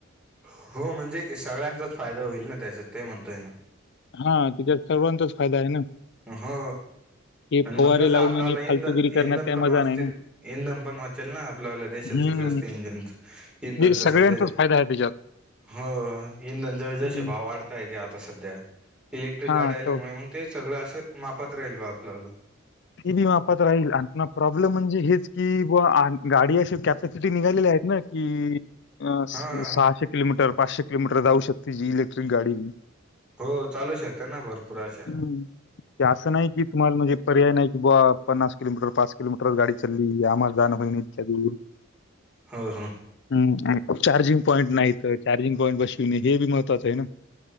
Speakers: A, in the centre; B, on the left.
A: हो म्हणजे सगळ्यांचाच फायदा होईल ना त्याच्यात ते म्हणतोय ना
B: हा त्याच्यात सर्वांचाच फायदा आहे ना
A: हो
B: हे
A: आणि
B: फवारे
A: मग कसं
B: लावून
A: आपल्याला
B: आणि
A: इंधन
B: फालतुगिरी करण्यात
A: इंधन
B: काही
A: पण
B: मजा
A: वाचतील.
B: नाही ना
A: इंधन पण वाचेल ना आपल्याला देशाच
B: हम्म
A: जास्त इंधनच, इंधनच
B: म्हणजे सगळ्यांचाच
A: सध्याचे
B: फायदा आहे त्याच्यात
A: हो इंधनचा जसजसे
B: हम्म
A: भाव वाढता आहे आता सध्या इलेक्ट्रिक
B: हा
A: गाडी आल्यामुळे
B: तर
A: मग ते सगळं अस मापात राहील बा आपल्यावाल
B: ते बी मापात राहील, आणि प्रॉब्लेम म्हणजे हेच कि, ब गाडी अशी कॅपॅसिटी निघालेली आहेत ना कि अ सहाशे
A: हा
B: किलोमीटर पाचशे किलोमीटर जाऊ शकते जी इलेक्ट्रिक गाडी
A: हो चालू शकता ना भरपूर अशा
B: हम्म ते असं नाही की तुम्हाला म्हणजे पर्याय नाही‌. पन्नास किलोमीटर पाच किलोमीटर गाडी चालली आम्हाला जाणं होई ना इतक्या दूर
A: हो हो
B: हम्म चार्जिंग पॉईंट नाही तर चार्जिंग पॉईंट बसविणे हे बी महत्वाचं आहे ना